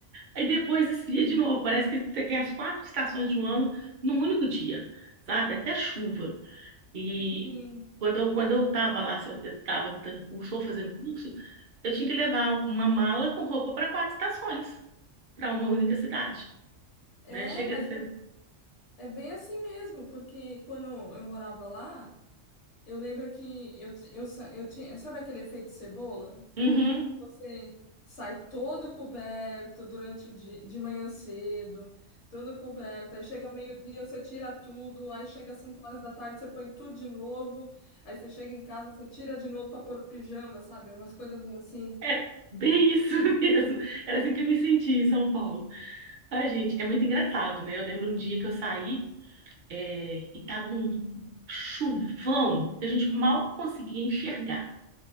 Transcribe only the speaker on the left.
Sim.
É,
mas
é, é bem assim mesmo, porque quando eu morava lá, eu lembro que eu, eu, sa- eu tinha. Sabe aquele efeito cebola?
Você sai todo coberto durante o dia, de manhã cedo, todo coberto. Aí chega meio-dia, você tira tudo. Aí chega às 5 horas da tarde, você põe tudo de novo. Aí você chega em casa, você tira de novo para pôr pijama, sabe? Umas coisas meio assim.